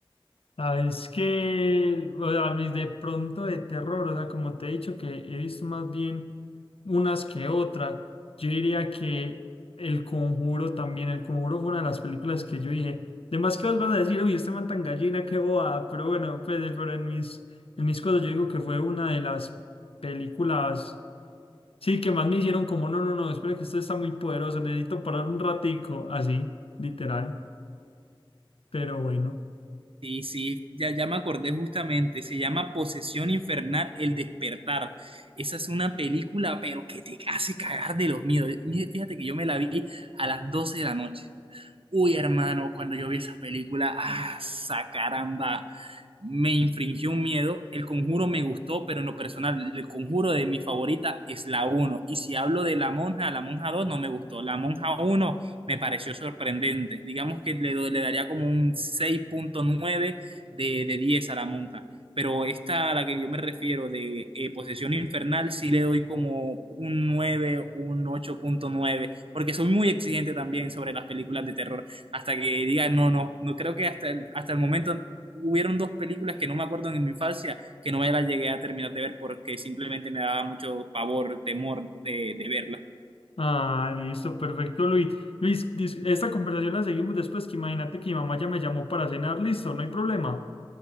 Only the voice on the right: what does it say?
Sí, sí, ya, ya me acordé justamente, se llama Posesión Infernal, El Despertar. Esa es una película, pero que te hace cagar de los miedos. Mira, Fíjate que yo me la vi a las 12 de la noche. Uy, hermano, cuando yo vi esa película, ah, sa caramba, me infringió un miedo. El Conjuro me gustó, pero en lo personal, el Conjuro de mi favorita es la uno Y si hablo de la monja, la monja 2 no me gustó. La monja uno me pareció sorprendente. Digamos que le, doy- le daría como un seis punto nueve de, de 10 a la monja pero esta a la que yo me refiero de eh, Posesión Infernal sí le doy como un 9 un ocho punto nueve porque soy muy exigente también sobre las películas de terror, hasta que diga, no, no, no creo que hasta el, hasta el momento hubieron dos películas que no me acuerdo en mi infancia, que no me las llegué a terminar de ver porque simplemente me daba mucho pavor, temor de, de verlas.